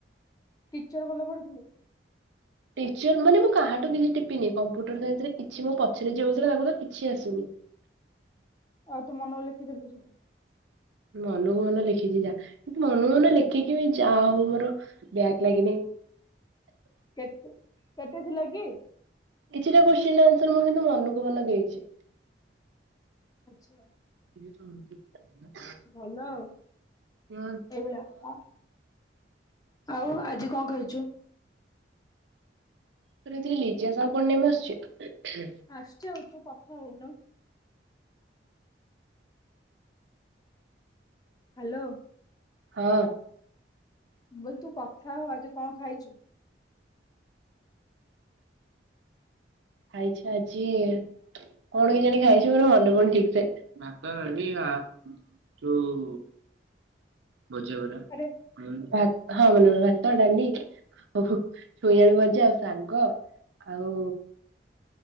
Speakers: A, on the left; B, on the right.
A: ଟିଚର୍ ଭଲ ପଢେଇଥିଲେ।
B: ଟିଚର୍ ମାନେ ମୁଁ କାହାଠୁ କିଛି ଟିପିନି କମ୍ପ୍ୟୁଟର ସାଇନ୍ସ ରେ କିଛି ମୋ ପଛରେ ବସିଥିଲା ତାକୁ ତ କିଛି ଆସୁନି।
A: ଆଉ ତୁ ମନକୁ ଲେଖିଦେଲୁ ସବୁ।
B: ମନ କୁ ମନ ଲେଖିଛି ଯା କିନ୍ତୁ ମନ କ ମନ ଲେଖିକି ବି ଯାହା ହଉ ମୋର ବ୍ୟାକ୍ ଲାଗିନି।
A: କେତେ କେତେ ଥିଲା କି?
B: କିଛିଟା କୋଶ୍ଚିନ୍ ଆନ୍ସର୍ ମୁଁ କିନ୍ତୁ ମନକୁ ମନ ଦେଇଛି।
A: ଆଚ୍ଛା।
B: <unintelligible>
A: ଭଲ ଆଉ
B: ହଁ
A: ଏଇଭଳିଆ ତ। ଆଉ ଆଜି କଣ ଖାଇଛୁ?
B: ତୋର ଏଥିରେ ଲିଜା ସାହୁ କଣ ନେମ୍ ଆସୁଛି?
A: ଆସୁଛି ଆଉ ତୁ କଥା ହଉନୁ। ହ୍ୟାଲୋ
B: ହଁ।
A: ମୁଁ କହିଲି ତୁ କଥା ହ ଆଜି କଣ ଖାଇଛୁ?
B: ଖାଇଛି ଆଜି କଣ କେଜାଣି ଖାଇଛି ମୋର ମନେ ପଡ଼ୁନି ଠିକ ସେ ଭାତ, ଡାଲି <unintelligible> ଯୋଉ ଭଜା ପରା।
A: ଆରେ।
B: ହଁ ମନେ ପଡ଼ିଲା ଭାତ, ଡାଲି ଓଃ ହୋ ଛୁଇଁ ଆଳୁ ଭଜା ଆଉ ଶାଗ ଆଉ